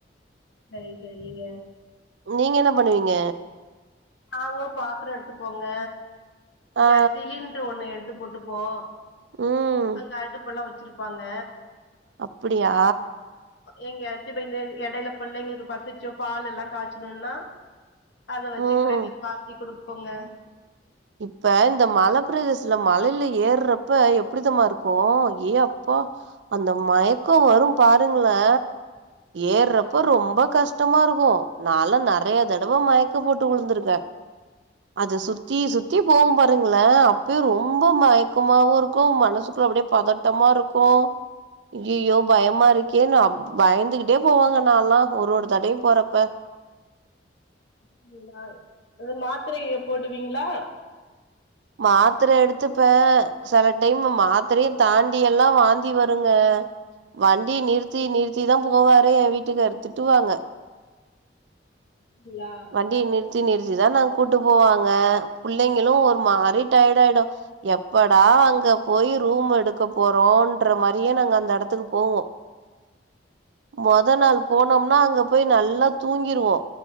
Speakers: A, on the left; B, on the right.
A: சரி சரிங்க
B: நீங்க என்ன பண்ணுவீங்க
A: நாங்களு பாத்திரோ எடுத்துப்போங்க
B: ஆ
A: கேஸ் சிலிண்ட்ரு ஒண்ணு எடுத்து போட்டுப்போ
B: ம்
A: அங்க அடுப்பெல்லா வெச்சிருப்பாங்க
B: அப்டியா
A: எங்கெயாச்சு இப்ப எடையுல பிள்ளைங்களுக்கு பசிச்சோ பால் எல்லா காச்சணுனா அத
B: ம்
A: ச்சு பிள்ளைங்களுக்கு பாசி கொடுப்போங்க
B: இப்ப இந்த மலப்பிரதேசல மழையில ஏற்றப்ப எப்டிதமா இருக்கு ஏ அப்போ அ அந்த மயக்கோ வரு பாருங்களே ஏற்றப்ப ரொம்ப கஷ்டமா இருக்கு நாலா நெறைய தடவ மயக்க போட்டு உழுந்துருக்கே அது சுத்தி சுத் தி போவு பாருங்களே அப்பயே ரொம்போ மயக்கமாவு இருக்கு மனசுக்குள்ள அப்டியே பதட்டமா இருக்கு கு ஐயோ பயமா இருக்கே நா பயந்துகிட்டே போவேங்க நால்லா ஒரு ஒரு தடையு போறப்ப
A: அப்டிங்களா அந்த மாத்திரைய போடுவீங்களா
B: மாத்திர எடுத்துப்பே சில டைம் மாத்திரையு தாண்டி எல்லா வாந்தி வருங்க வண்டி நிறுத்தி நிறுத்திதா போவாரு எ வீட்டுக்காரர் திட்டுவாங்க
A: ங்களா
B: வண்டிய நிறுத்தி தா நாங்க கூட்டு போவாங்க புள்ளைங்களு ஒரு மாறி டயர்ட் ஆயிடு எப்படா அங்க போய் ரூம் எடுக்க போறோன்ற மாரியே நாங்க அந்த எடத்துக்கு போவோ மொத நாள் போனோம்னா அங்க போய் நல்லா தூங்கிருவோ